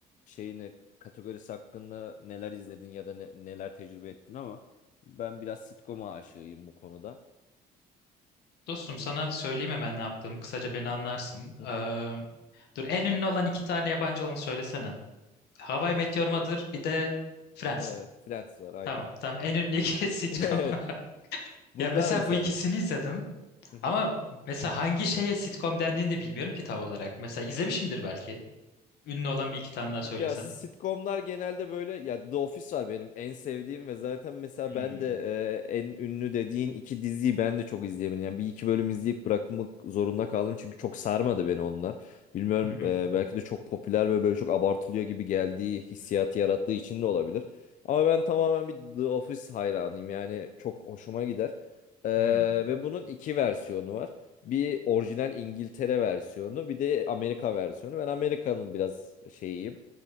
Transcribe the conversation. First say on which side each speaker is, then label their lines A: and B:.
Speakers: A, on the left (about 50°); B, on the left (about 75°).
A: şeyini kategorisi hakkında neler izledin ya da ne- neler tecrübe ettin ama ben biraz sitcom'a aşığıyım bu konuda.
B: Dostum sana söyleyeyim hemen ne yaptığımı kısaca beni anlarsın
A: Hı hı.
B: Ee, dur en ünlü olan iki tane yabancı olanı söylesene Hawaii Meteor Mother bir de Friends
A: Ee, Friends var aynı.
B: Tamam tamam en ünlüdeki <laughs> sitcom.
A: <laughs> Evet.
B: <laughs>
A: Bunlar
B: Ya mesela
A: mı sadece?
B: bu ikisini izledim.
A: <laughs>
B: Ama mesela hangi şeye sitcom dendiğini de bilmiyorum ki tam olarak. Mesela izlemişimdir belki. Ünlü olan bir iki tane daha
A: Ya
B: söylesen.
A: sitcomlar genelde böyle ya The Office var benim en sevdiğim ve zaten mesela
B: Hmm.
A: ben de e, en ünlü dediğin iki diziyi ben de çok izleyemedim. Yani bir iki bölüm izleyip bırakmak zorunda kaldım çünkü çok sarmadı beni onlar. Bilmiyorum
B: Hı hı.
A: e, belki de çok popüler ve böyle çok abartılıyor gibi geldiği hissiyatı yarattığı için de olabilir. Ama ben tamamen bir The Office hayranıyım yani çok hoşuma gider. E,
B: Hmm.
A: ve bunun iki versiyonu var. Bir orijinal İngiltere versiyonu, bir de Amerika versiyonu. Ben Amerika'nın biraz şeyiyim.